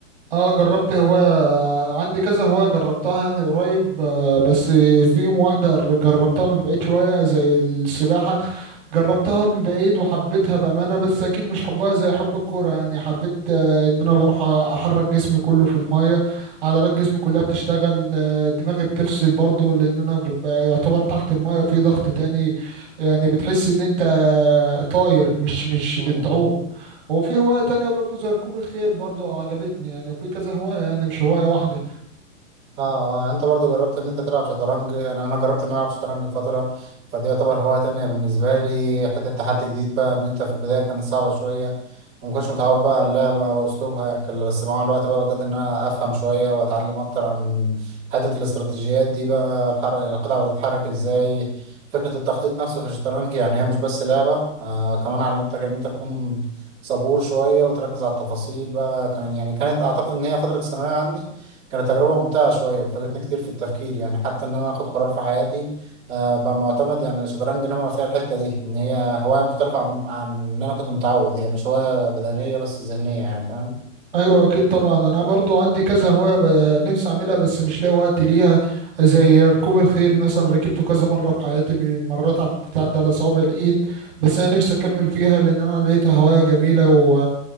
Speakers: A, on the right (about 45°); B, on the right (about 15°).
A: اه جربت هواية عندي كذا هواية جربتها يعني قريب آه، بس فيهم واحدة جربتها من بعيد شوية زي السباحة جربتها من بعيد وحبيتها بأمانة بس أكيد مش حبها زي حب الكورة يعني حبيت آه، إن أنا بروح أحرك جسمي كله في المية عضلات جسمي كلها بتشتغل آه، دماغي بتفصل برضه لأن أنا ببقى يعتبر تحت المية في ضغط تاني يعني بتحس إن أنت آه، طاير مش مش
B: مم.
A: بتعوم وفي هواية تانية برضه زي ركوب الخيل برضه عجبتني يعني في كذا هواية يعني مش هواية واحدة
B: اه اه يعني انت برضو جربت ان انت تلعب شطرنج انا انا جربت ان انا العب شطرنج فتره فدي يعتبر هوايه تانية بالنسبه لي حته تحدي جديد بقى ان انت في البدايه كانت صعبه شويه وما كنتش متعود بقى على اللعبه واسلوبها يعني كان- بس مع الوقت بقى بدات ان انا افهم شويه واتعلم اكتر عن حته الاستراتيجيات دي بقى الحر... القطع بتتحرك ازاي فكره التخطيط نفسه في الشطرنج يعني هي مش بس لعبه آه كمان علمتك ان انت تكون صبور شويه وتركز على التفاصيل بقى كان يعني كانت اعتقد ان هي فتره الثانويه عندي كانت تجربة ممتعة شوية وفادتني كتير في التفكير يعني حتى إن أنا آخد قرار في حياتي آه، بقى معتمد يعني الشطرنج نما فيها الحتة دي إن هي هواية مختلفة عن عن إن أنا كنت متعود هي مش هواية بدنية بس ذهنية يعني فاهم
A: ايوه اكيد طبعا انا برضو عندي كذا هوايه ب- نفسي اعملها بس مش لاقي وقت ليها زي ركوب الخيل مثلا ركبته كذا مره في حياتي م- مرات على بتعدي على صوابع الايد بس انا نفسي اكمل فيها لان انا لقيتها هوايه جميله و...